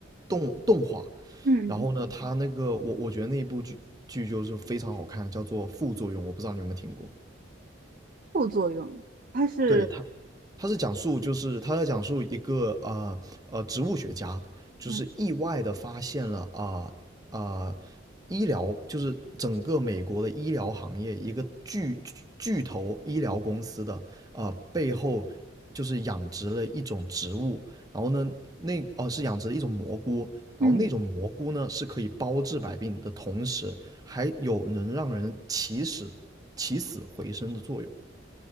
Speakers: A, on the right (about 20°); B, on the right (about 45°).
A: 动动画。
B: 嗯，
A: 然后呢，
B: 嗯
A: 它那个我我觉得那一部剧剧就是非常好看，叫做《副作用》，我不知道你有没有听过。
B: 副作用，它是
A: 对他，他是讲述就是他在讲述一个呃呃植物学家，就是意外的发现了啊啊、
B: 嗯
A: 呃呃医疗就是整个美国的医疗行业一个巨巨巨头医疗公司的呃背后就是养殖了一种植物，然后呢那哦、呃是养殖了一种蘑菇。然后那种蘑菇呢，
B: 嗯
A: 是可以包治百病的同时，还有能让人起死起死回生的作用。